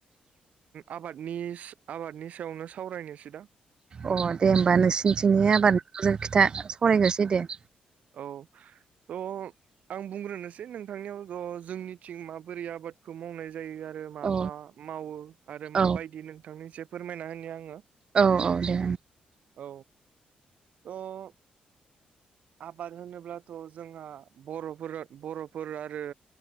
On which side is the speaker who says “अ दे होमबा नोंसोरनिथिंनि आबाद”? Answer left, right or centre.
Right